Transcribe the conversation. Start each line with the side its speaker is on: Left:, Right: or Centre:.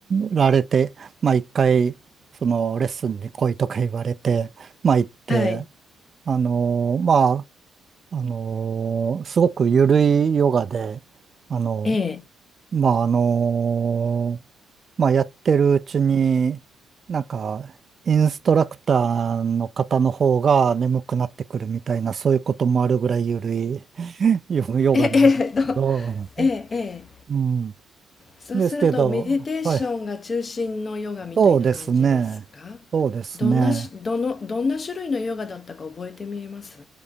Right: られて、まあ一回、そのレッスンに来いとか言われて、まあ行って、
Left: はい、
Right: あのーまあ、あのーすごく緩いヨガで、あの
Left: ええ、
Right: まあ、あのまあ、やってるうちに、なんか、インストラクターの方の方が眠くなってくるみたいな、そういうこともあるぐらいゆるい <laughs> ヨヨガなんですけど、
Left: ええ、ええと、ええ、ええ。
Right: うん。
Left: そうすると、
Right: ですけど、
Left: メディテーションが中心のヨガみたいな感じですか
Right: はい。そうですね。そうですね。
Left: どんなし、どの、どんな種類のヨガだったか覚えてみえます